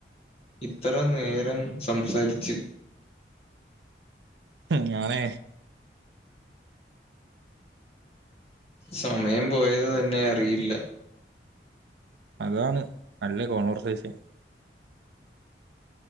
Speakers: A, on the left (about 35°); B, on the right (about 75°).
A: ഇത്ര നേരം സംസാരിച്ചു
B: ഉം ഞാനെ
A: സമയം പോയത് തന്നെ അറിയില്ല
B: അതാണ് നല്ല കോൺവെർസേഷൻ